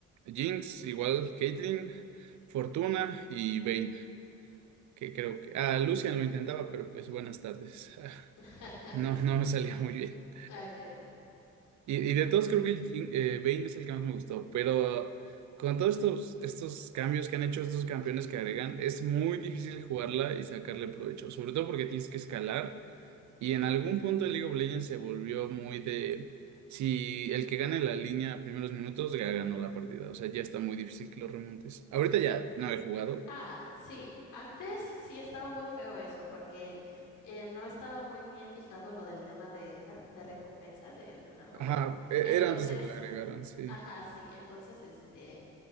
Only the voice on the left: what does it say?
<laughs>
Sí.
Ok, ok.
Ah, sí, antes sí estaba muy feo eso, porque eh, no estaba muy bien fijado lo del tema de, de- de recompensas en, en el juego.
Entonces,
ajá, sí, entonces este,